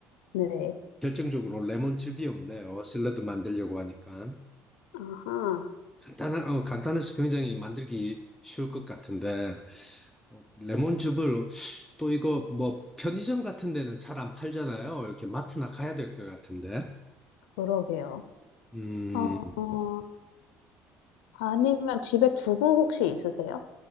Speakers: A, on the left; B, in the centre.
A: 네.
B: 결정적으로 레몬즙이 없네요 샐러드 만들려고 하니까
A: 아하,
B: 간단한 어, 간단해서 굉장히 만들기 쉬울 것 같은데 어, 레몬즙을 또 이거 뭐 편의점 같은 데는 잘 안 팔잖아요 이렇게 마트나 가야 될 것 같은데
A: 그러게요.
B: 음.
A: 어, 어, 아니면 집에 두부 혹시 있으세요?